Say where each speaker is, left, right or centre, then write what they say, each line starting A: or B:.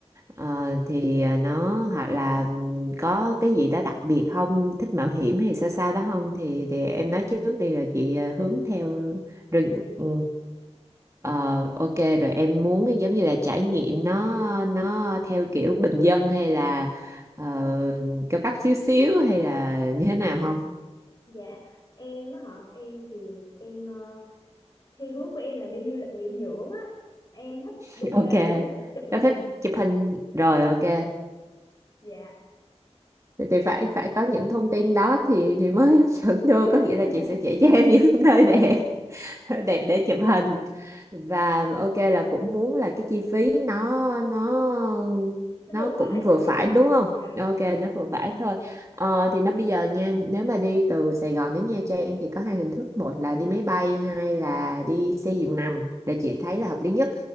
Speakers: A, on the right; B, on the left.
A: Ờ, thì ờ, nó hoặc là ừm, có cái gì đó đặc biệt không thích mạo hiểm hay sao sao đó không thì thì em nói trước đi rồi chị ờ, hướng theo rồi ừ, Ờ, ok rồi em muốn cái giống như là trải nghiệm nó nó theo kiểu bình dân hay là ờ, cao cấp xíu xíu hay là như thế nào không?
B: Dạ, em á hả? Em thì em ờ, theo hướng của em là đi du lịch nghỉ dưỡng á. Em thích
A: <laughs>
B: đi
A: Ok,
B: ờ, kiểu là chụp hình.
A: nó thích chụp hình rồi ok.
B: Dạ.
A: thì, thì phải phải có những thông tin đó thì thì mới <laughs> hướng dẫn được
B: <laughs>
A: có nghĩa là chị sẽ chỉ cho em <laughs> những nơi đẹp <laughs> đẹp để chụp hình và ok là cũng muốn là cái chi phí nó nó
B: Nó
A: nó
B: vừa phải
A: cũng vừa
B: thôi
A: phải
B: chị.
A: đúng không
B: Dạ.
A: ok nó vừa phải thôi ờ, thì nó bây giờ nha nếu mà đi từ Sài Gòn đến Nha Trang thì có hai hình thức một là đi máy bay hai là đi xe giường nằm để chị thấy là hợp lý nhất